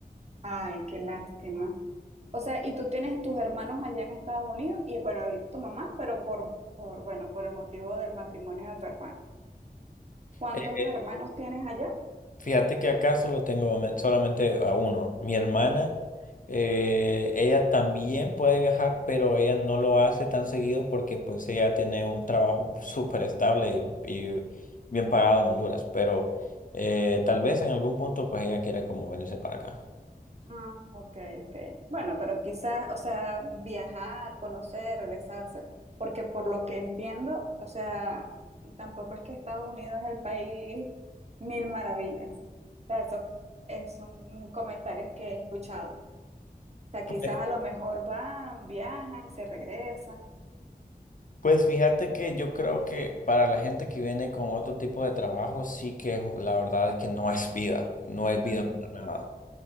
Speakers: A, on the right; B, on the left.
A: Ay, qué lástima. O sea, y tú tienes tus hermanos allá en Estados Unidos y bueno, ahorita tu mamá, pero por, por, bueno, por el motivo del matrimonio de tu hermano. ¿Cuántos
B: Eh, eh,
A: hermanos tienes allá?
B: fíjate que acá solo tengo me- solamente a uno. Mi hermana, eh, ella también puede viajar, pero ella no lo hace tan seguido porque pues ella tiene un trabajo <laughs> súper estable y, y bien pagado en Honduras, pero eh, tal vez en algún punto pues ella quiere como venirse para acá.
A: Ah, ok, ok. Bueno, pero quizás, o sea, viajar, conocer, regresarse, porque por lo que entiendo, o sea, tampoco es que Estados Unidos es el país mil maravillas. O sea, eso es- son comentarios que he escuchado. O sea, quizás
B: Pues,
A: a lo mejor van, viajan, se regresan.
B: Pues fíjate que yo creo que para la gente que viene con otro tipo de trabajo, sí que es- la verdad es que no es vida, no es vida
A: Mm,
B: para nada.